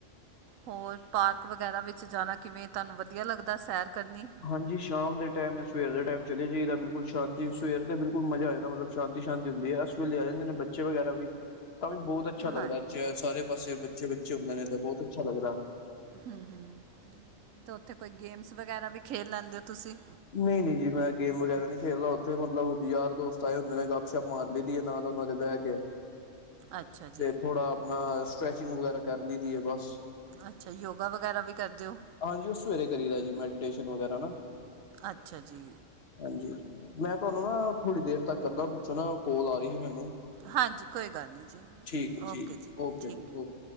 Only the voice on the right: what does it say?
ਹੋਰ ਪਾਰਕ ਵਗੈਰਾ ਵਿੱਚ ਜਾਣਾ ਕਿਵੇਂ ਤੁਹਾਨੂੰ ਵਧੀਆ? ਲੱਗਦਾ ਸੈਰ ਕਰਨੀ
ਹਾਂਜੀ
ਹੂੰ-ਹੂੰ, ਤੇ ਉੱਥੇ ਕੋਈ ਗੇਮਸ ਵਗੈਰਾ ਵੀ ਖੇਡ ਲੈਂਦੇ ਔ ਤੁਸੀਂ?
ਅੱਛਾ ਜੀ
ਅੱਛਾ ਯੋਗਾ ਵਗੈਰਾ ਵੀ ਕਰਦੇ ਔ?
ਅੱਛਾ ਜੀ,
ਹਾਂਜੀ ਕੋਈ ਗੱਲ ਨਹੀਂ ਜੀ
ਓਕੇ ਜੀ
ਠੀਕ